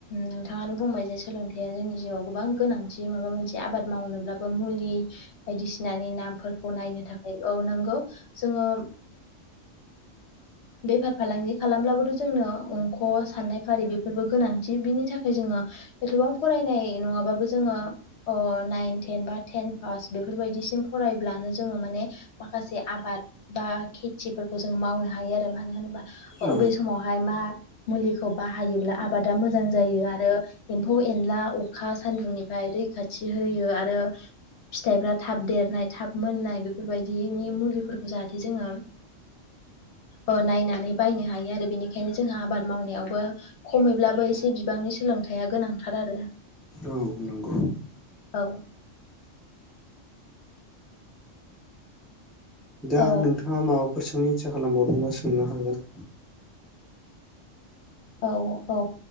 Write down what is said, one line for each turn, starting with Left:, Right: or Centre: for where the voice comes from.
Left: नोंथाङानो बुंबाय जे सोलोंथया जों नि जिउआव गोबां गोनांथि माबा मोनसे आबाद मावनोब्लाबो मुलि बायदिसिनानि नामफोरखौ नायनो थाखाय, औ नोंगौ जोङो बेफार फालांगि खालामब्लाबोथ' जोंनो अंख' साननाय फारि बेफोरबो गोनांथि बिनि थाखाय जोङो एथ'बां फराय नाय नङाबाबो जोङो ओ नाइन तेन बा तेन फास बेफोरबायदिसिम फरायोब्लानो जो- ङो माने माखासे आबाद बा खेथिफोरखौ जोङो मावनो हायो आरो मानो होनबा? अबे
Centre: औ
Left: समावहाय मा मुलिखौ बाहायोब्ला आबादा मोजां जायो आरो एम्फौ एनला अखा सान्दुंनिफ्राय रैखाथि होयो आरो। फिथाइफ्रा थाब देरनाय थाब मोननाय बेफोरबायदिनि मुलिफोरखौ जाहाथे जोङो ओ नायनानै बायनो हायो आरो बेनिखायनो जोंहा आबाद मावनायावबो खमैब्लाबो एसे बिबांनि सोलोंथाइया गोनांथार आरो।
Centre: औ नंगौ।
Left: औ
Centre: दा
Left: ओ
Centre: नोंथाङा माबाफोर सोंनो इसा खालामबावदोंबा सोंनो हागोन।
Left: औ औ